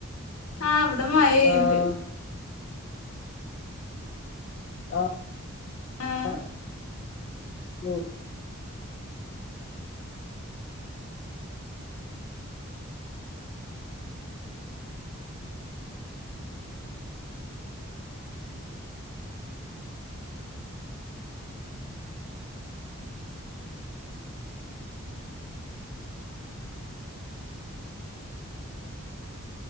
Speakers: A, on the left; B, on the left.
A: ആഹ ഇവിടെ മഴപെയുണ്ട്
B: ആഹ് ആഹ
A: ആഹ്
B: ആ ഉ